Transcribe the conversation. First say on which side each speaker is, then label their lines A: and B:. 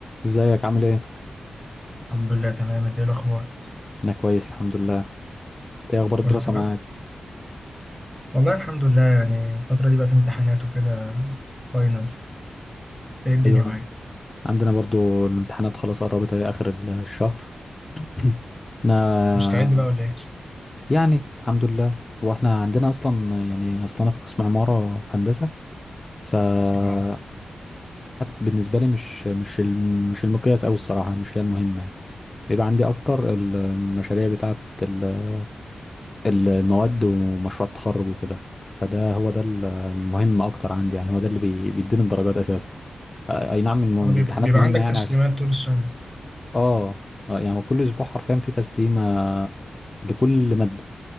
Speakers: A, on the left; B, in the centre.
A: ازيك عامل ايه؟
B: الحمد لله تمام انت ايه الاخبار
A: انا كويس الحمد لله انت ايه اخبار الدراسة
B: كله تمام
A: معاك؟
B: والله الحمد لله يعني الفتره دي بقى في امتحانات وكده فاينل انت ايه الدنيا
A: ايوه
B: معاك
A: عندنا برضو الامتحانات خلاص قربت اهي اخر ال- الشهر <clears throat> انا
B: مستعد بقى ولا ايه
A: يعني الحمد لله هو احنا عندنا اصلا يعني اصلا انا في قسم عمارة في هندسة فالامتحانات
B: اه
A: بالنسبة لي مش مش الم- مش المقياس اوي الصراحة مش هي المهمة يعني بيبقى عندي اكتر المشاريع بتاعت ال- ال- المواد ومشروع التخرج وكده فده هو ده ال- المهم اكتر عندي يعني هو ده اللي بي- بيديني الدرجات اساسا آه، اي نعم المهم-
B: اه
A: الامتحانات
B: بيب- بيبقى
A: مهمة
B: عندك
A: يعني
B: تسليمات
A: عش-
B: طول السنه
A: اه آه، يعني هو كل اسبوع حرفيا في تسليمة لكل مادة